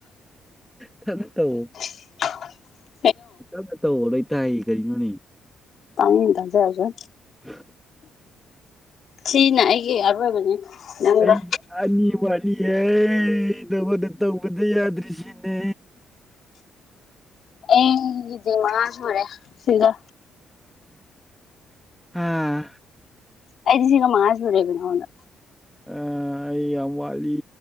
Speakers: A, in the centre; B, on the left.
A: ꯇꯞꯅ ꯇꯧ
B: <unintelligible>
A: ꯇꯞꯅ ꯇꯧꯑꯣ ꯂꯣꯏ ꯇꯥꯏ ꯀꯩꯅꯣꯅꯦ
B: ꯇꯅꯤꯡ ꯇꯖ ꯔꯁꯅꯣ
A: <unintelligible>
B: ꯁꯤꯅ ꯑꯩꯒꯤ ꯑꯔꯣꯏꯕꯅꯤ ꯅꯪꯒ
A: ꯑꯩ ꯑꯅꯤ ꯋꯥꯠꯂꯤꯌꯦ ꯅꯥꯉꯣꯟꯗ ꯇꯧꯕꯗ ꯌꯥꯗ꯭ꯔꯤꯁꯤ ꯅꯦ
B: ꯑꯩꯒꯤꯗꯤ ꯃꯉꯥ ꯁꯨꯔꯦ ꯁꯤꯒ꯫
A: ꯑꯥ
B: ꯑꯩꯗꯤ ꯁꯤꯒ ꯃꯉꯥꯁꯨꯔꯦꯕ ꯅꯉꯣꯟꯗ꯫
A: ꯑ ꯑꯩ ꯌꯥꯝ ꯋꯥꯠꯂꯤ꯫